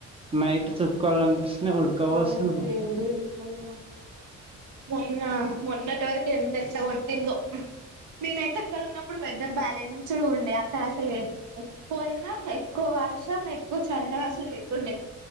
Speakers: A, on the right; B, on the right.
A: నైట్ చుక్కలు కనిపిస్తున్నాయ్ ఉడుక పోస్తుంది
B: అవును
A: ఉమ్
B: వేడి ఉంటుంది మొన్న మొన్నటి వరకు ఎండ ఎట్లా కొట్టిందో నేనైతే అక్కడ ఉన్నప్పుడు వెదర్ బ్యాలెన్స్డ్ ఉండే అక్కడ అసలే ఎక్కువయినా ఎక్కువ వర్షం ఎక్కువ చల్ల అసలు లేకుండ